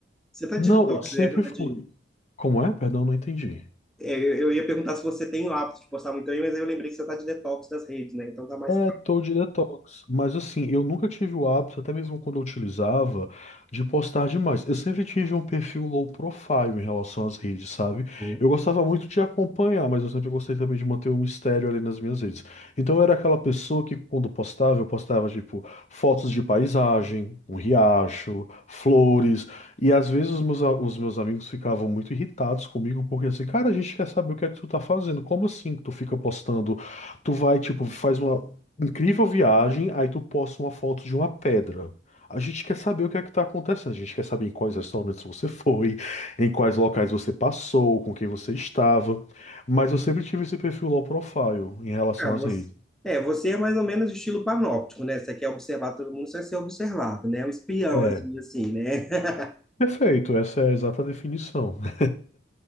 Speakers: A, in the centre; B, on the left (about 35°).
A: Você tá
B: Não,
A: de detox,
B: eu sempre
A: né? Você Tá
B: fui.
A: de-
B: Como é? Perdão, não entendi.
A: é, Eu eu ia perguntar se você tem o hábito de postar muito aí, mas aí eu lembrei que você tá de detox das redes, né? Então tá mais
B: É, tô de detox, mas assim, eu nunca tive o hábito, até mesmo quando eu utilizava, de postar demais. Eu sempre tive um perfil low profile em relação às redes, sabe?
A: calmo.
B: Eu gostava muito de acompanhar, mas eu sempre gostei também de manter um mistério ali nas minhas redes. Então eu era aquela pessoa que quando postava, eu postava tipo fotos de paisagem, um riacho, flores, e às vezes os meus, a- os meus amigos ficavam muito irritados comigo, porque assim, cara, a gente quer saber o que é que tu tá fazendo, como assim que tu fica postando Tu vai, tipo, faz uma. Incrível viagem, aí tu posta uma foto de uma pedra. A gente quer saber o que é que tá acontecendo. A gente quer saber em quais restaurantes você foi, em quais locais você passou, com quem você estava. Mas eu sempre tive esse perfil low profile em relação
A: Ah, você,
B: às redes.
A: é, você é mais ou menos de estilo panóptico, né? Você quer observar todo mundo, você quer ser observado, né? É Um espião,
B: É,
A: assim, assim, né? <laughs>
B: perfeito, essa é a exata definição. <laughs>